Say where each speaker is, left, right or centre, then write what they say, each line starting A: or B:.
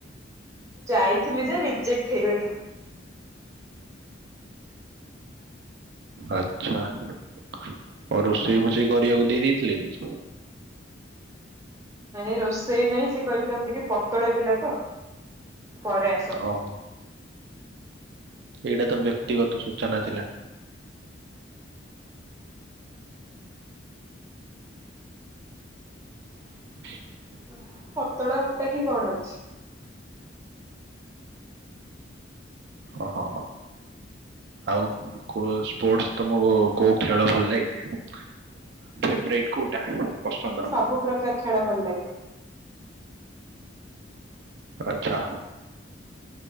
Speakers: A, on the right; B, on the right.
A: ଯାଇଥିଲି ଯେ ରିଜେକ୍ଟ ହେଇଗଲି।
B: ଆଛା ଆଉ ରୋଷେଇ ବୋଷେଇ କରିବାକୁ ଦେଇ ଦେଇଥିଲେ କି?
A: ନାଇଁଁ ରୋଷେଇ ନାଇଁ, ସେ କହିଲେ ତମେ ଟିକେ ପତଳା ପିଲା ତ ପରେ ଆସ।
B: ଓହୋ। ଏଇଟା ତ ବ୍ୟକ୍ତିଗତ ସୂଚନା ଥିଲା। ହ
A: ନା ପତଳା ମୋଟାଠି କଣ ଅଛି।
B: ଓ ହୋ। ଆଉ କୋଉ ସ୍ପୋର୍ଟ ତମକୁ କୋଉ ଖେଳ ଭଲ ଲାଗେ? ଫେବରାଇଟ କୋଉଟା? ପସନ୍ଦର?
A: ମତେ ସବୁ ପ୍ରକାର ଖେଳ ଭଲ ଲାଗେ।
B: ଆଛା